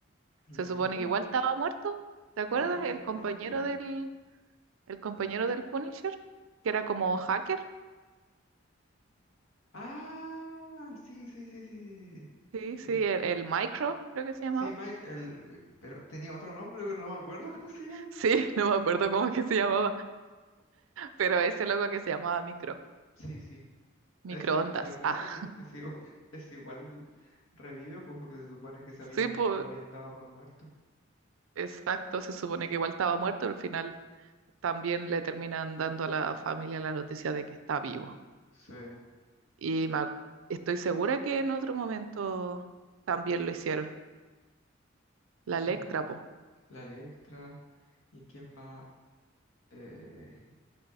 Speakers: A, on the left; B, on the right.
A: ¿El
B: se
A: rubio?
B: supone que igual estaba muerto. ¿Te acuerdas?
A: ¿Cuál, ru-
B: El compañero
A: cuál rubio?
B: del, el compañero del Punisher, que era como hacker.
A: Ah, sí, sí, sí, sí, sí, sí, sí.
B: Sí,
A: Sí,
B: sí, el, el Micro, creo que se llamaba.
A: sí, Mike, el... pero tenía otro nombre, pero no me acuerdo <laughs> cómo se llama.
B: Sí, <laughs> no me acuerdo cómo es que se llamaba, pero ese loco que se llamaba Micro,
A: Sí, sí,
B: microondas.
A: es igual, ¿verdad?
B: Ah,
A: Pues e, es igual, <laughs> es igual revive, pues porque se supone que se habían,
B: sí, pues,
A: lo habían dado por muerto.
B: exacto, se supone que igual estaba muerto, al final también le terminan dando a la familia la noticia de que está vivo.
A: Sí,
B: Y me ac- estoy segura que en otro momento también lo hicieron. La
A: en
B: Electra, po.
A: la Electra, ¿y quién más? Eh,